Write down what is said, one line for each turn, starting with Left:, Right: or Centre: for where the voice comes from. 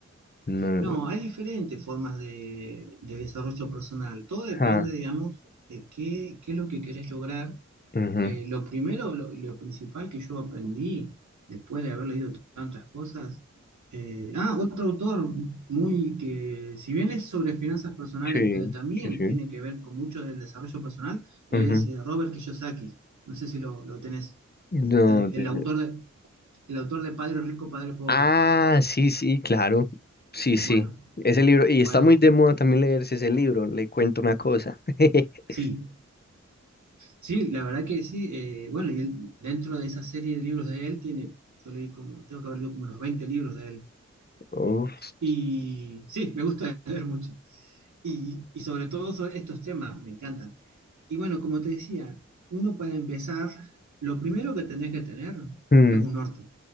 Left: No.
Right: No, hay diferentes formas de, de desarrollo personal. Todo depende,
Left: Ajá.
Right: digamos, de qué, qué es lo que querés lograr.
Left: ujú.
Right: Eh, lo primero, lo, lo principal que yo aprendí después de haber leído tantas cosas. eh, ah, otro autor muy que, si bien es sobre finanzas personales,
Left: Sí,
Right: pero también
Left: sí, sí.
Right: tiene que ver con mucho del desarrollo personal, es
Left: ujú.
Right: eh, Robert Kiyosaki. No sé si lo, lo tenés.
Left: No,
Right: El, de-
Left: des-
Right: el autor de El autor de Padre Rico, Padre Pobre.
Left: ah, sí, sí, claro. Sí, sí.
Right: Bueno,
Left: Ese libro, y está
Right: bueno,
Left: muy de moda también leerse ese libro, le cuento una cosa. <laughs>
Right: sí. Sí, la verdad que sí. eh, bueno, y él, dentro de esa serie de libros de él, tiene, yo leí como, tengo que haber leído como unos 20 libros de él.
Left: Uf.
Right: Y sí, me gusta <laughs> leer mucho. Y, y sobre todo sobre estos temas, me encantan. Y bueno, como te decía, uno para empezar, lo primero que tenés que tener
Left: Mm,
Right: es un norte,